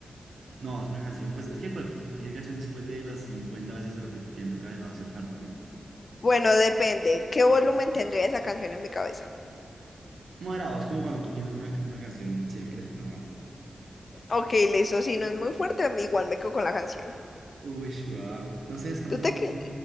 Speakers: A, on the right (about 80°); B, on the left (about 50°).
A: No, es una canción, pues es que cual- cual- cualquier canción después de las 50 veces repetida en tu cabeza va a ser harta, ¿no?
B: Bueno, depende, ¿qué volumen tendría esa canción en mi cabeza?
A: Moderado, es como cuando tú piensas una, ca- una canción siempre, normal.
B: Ok, listo, si no es muy fuerte, igual me quedo con la canción.
A: Uy, wow. No sé, es que no
B: ¿Tú
A: son
B: te
A: muy...
B: que,